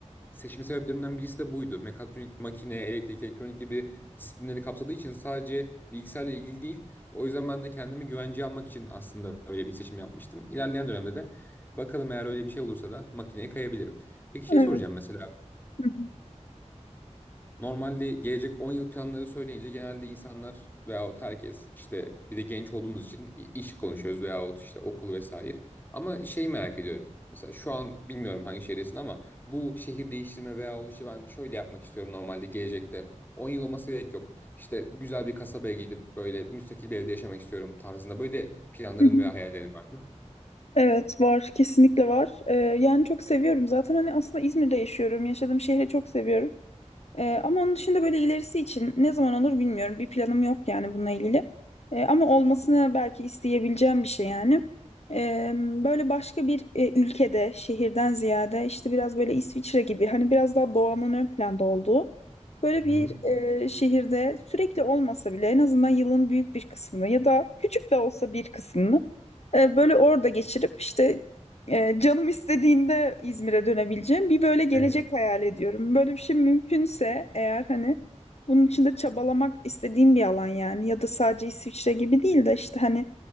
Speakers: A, on the left; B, on the left.
A: seçme sebeplerimden birisi de buydu. Mekatronik, makine, elektrik, elektronik gibi disiplinleri kapsadığı için sadece bilgisayarla ilgili değil. O yüzden ben de kendimi güvenceye almak için aslında öyle bir seçim yapmıştım. İlerleyen dönemde de bakalım eğer öyle bir şey olursa da makineye kayabilirim. Peki şey
B: <laughs> Evet.
A: soracağım mesela.
B: Hı hı.
A: Normalde gelecek 10 yıl planları söyleyince genelde insanlar veyahut herkes işte bir de genç olduğumuz için i- iş konuşuyoruz veyahut işte okul vesaire. Ama şey merak ediyorum. Mesela şu an bilmiyorum hangi şehirdesin ama bu şehir değiştirme veyahut işte ben şöyle yapmak istiyorum normalde gelecekte. 10 yıl olması gerek yok. İşte güzel bir kasabaya gidip böyle müstakil bir evde yaşamak istiyorum tarzında böyle planların
B: Hı hı.
A: veya hayallerin var mı?
B: Evet var kesinlikle var Ee, yani çok seviyorum zaten hani aslında İzmir'de yaşıyorum yaşadığım şehri çok seviyorum Ee, ama onun dışında böyle ilerisi için ne zaman olur bilmiyorum bir planım yok yani bununla ilgili Ee, ama olmasını belki isteyebileceğim bir şey yani Ee, böyle başka bir e, ülkede şehirden ziyade işte biraz böyle İsviçre gibi hani biraz daha doğanın ön planda olduğu Böyle
A: Hı hı.
B: bir e, şehirde sürekli olmasa bile en azından yılın büyük bir kısmını ya da küçük de olsa bir kısmını e, böyle orada geçirip işte e, canım istediğinde İzmir'e dönebileceğim bir böyle gelecek
A: Evet.
B: hayal ediyorum. Böyle bir şey mümkünse eğer hani bunun için de çabalamak istediğim bir alan yani ya da sadece İsviçre gibi değil de işte hani